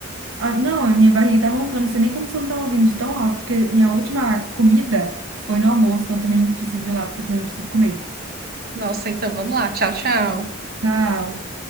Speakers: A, on the right; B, on the right.
A: Ah, não, a minha barriga tá roncando, não sei nem como você não tá ouvindo de tão alto, porque minha última comida foi no almoço, então eu também preciso ir lá, porque eu também preciso comer.
B: Nossa, então vamos lá. Tchau, tchau.
A: Tchau.